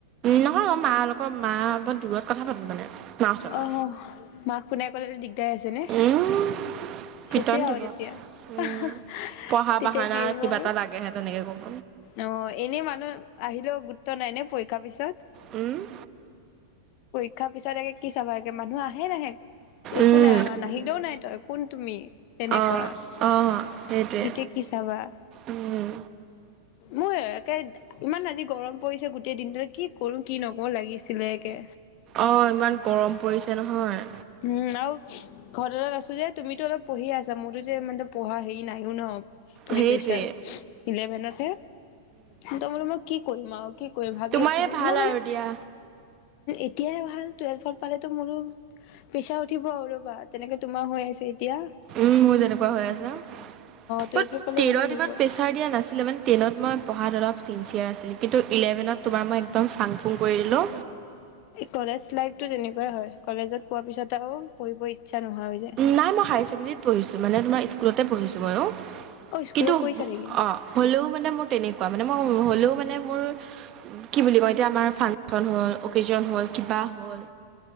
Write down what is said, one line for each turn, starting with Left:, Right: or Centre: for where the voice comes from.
Right: নহয় অ মালগত মা বৰ দূৰত কথা পাতোঁ মানে মাৰ ওচৰৰ পৰা
Left: আহ অহ মাক শুনাই কলে দিগদাৰ আচিলে।
Right: উম পিটন
Left: চেচেই
Right: দিব
Left: আও তেতিয়া,
Right: উম
Left: তেতিয়া
Right: পঢ়া বাহানা
Left: কি হ'ব
Right: কিবা
Left: আৰু?
Right: এটা লাগেহে তেনেকৈ ক'ব
Left: অ এনে মানুহ আহিলেও গুৰুত্ব নাই নে পৰীক্ষাৰ পিছত
Right: উম
Left: পৰীক্ষাৰ পিছত কি চাবাগে একে মানুহ আহ নাহে নাহে একো
Right: উম
Left: ন নাহিলেও নাই তই কোন তুমি? তেনেকুৱা,
Right: অঁ অঁ সেইটোৱে
Left: এতিয়া কি চাবা?
Right: উম
Left: মোৰ একে, ইমান আজি গৰম পৰিছে গোটেই দিনটো কি কৰো কি নকৰো লাগিছিলে একে।
Right: অ ইমান গৰম পৰিছে নহয়। হয়।
Left: উম আৰু ঘৰৰত আছো যে তুমিতো অলপ পঢ়িয় আছা, মোৰতো যে মে পঢ়া হেৰি নাইও ন! তুমি
Right: সেইটোৱে
Left: পিছে, ইলেভেনত হে কি ত ম মই কি? কৰিম আৰু কি কৰিম ভাবি
Right: তোমাৰ
Left: আছোঁ
Right: এই
Left: মই
Right: ভাল
Left: মানে
Right: আৰু দিয়া
Left: এতিয়াহে ভাল টুৱেল্ভত পালেটো মোৰো প্ৰেছাৰ উঠিব আৰু ৰ'বা তেনেকে তোমাৰ হৈ আছে এতিয়া অ
Right: উম মোৰ যেনেকুৱা হৈ আছে।
Left: টুৱেলভত
Right: বাত
Left: পালে
Right: টেনত
Left: মোৰ হ'ব
Right: ইমান প্ৰেচাৰ দিয়া নাছিলে মানে টেনত মই পঢ়াত অলপ। চিনচিয়াৰ আছিল কিন্তু ইলেভেনত তোমাৰ মই একদম ফাং ফুং কৰিলোঁ।
Left: কলেজ লাইফতটো তেনেকুৱাই হয় কলেজত পোৱাৰ পিছত আৰু পঢ়িব। ইতচ্ছা নোহোৱা হৈ যায়।
Right: নাই মই হায়াৰ ছেকেণ্ডেৰীত পঢ়িছোঁ মানে তোমাৰ স্কুলতে পঢ়িছোঁ মইয়ো।
Left: অ স্কুলত
Right: কিন্তু
Left: পঢ়িছা নেকি
Right: অ হ'লেও মানে মোৰ তেনেকুৱা মানে। মানে মই হ'লেও মানে মোৰ কি বুলি কয় এতিয়া আমাৰ ফাংচন হ'ল অ'কেচন হ'ল কিবা হ'ল